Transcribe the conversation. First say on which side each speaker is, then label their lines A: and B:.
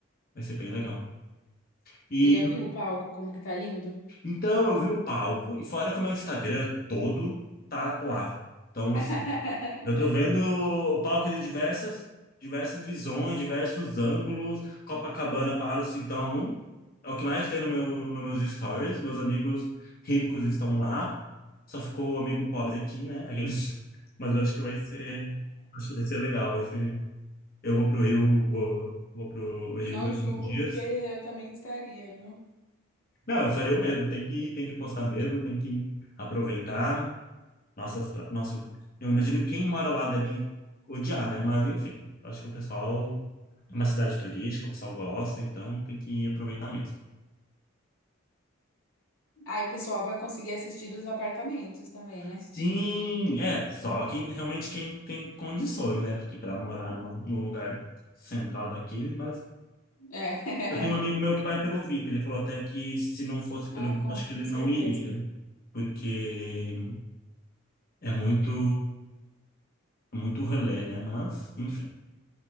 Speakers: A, on the left; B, on the left.
A: vai ser bem legal. E
B: Você já
A: no-
B: viu o palco, como que tá lindo?
A: então eu vi o palco e fora que o meu Instagram todo tá lá. Então
B: <laughs>
A: Eu tô vendo o palco de diversas, diversas visões, diversos ângulos, Copacabana Palace, então é o que mais tem no meu, nos meus stories. Meus amigos ricos estão lá. Só ficou o amigo pobre aqui, né? Aqueles, <laughs> mas eu acho que vai ser, acho que vai ser legal, vai ser. Eu vou pro Rio, vou, vou pro Rio
B: Não
A: daqui
B: julgo,
A: uns dias.
B: porque eu também estaria, viu?
A: Não, eu faria o mesmo, tem que tem que postar mesmo, tem que aproveitar. Nossas, pra- nosso, eu imagino quem mora lá deve odiar, né? Mas enfim, acho que o pessoal é uma cidade turística, o pessoal gosta, então tem que aproveitar mesmo.
B: Aí o pessoal vai conseguir assistir dos apartamentos também, né?
A: Sim, é, só quem realmente quem tem condições, né? Porque para morar numa, num lugar central daquele, mas
B: É. <laughs>
A: eu tenho um amigo meu que vai pelo VIP, ele falou até que se não fosse pelo
B: Ah,
A: VIP,
B: com
A: acho que ele não
B: certeza.
A: iria, porque é muito é muito relé, né? Mas, enfim.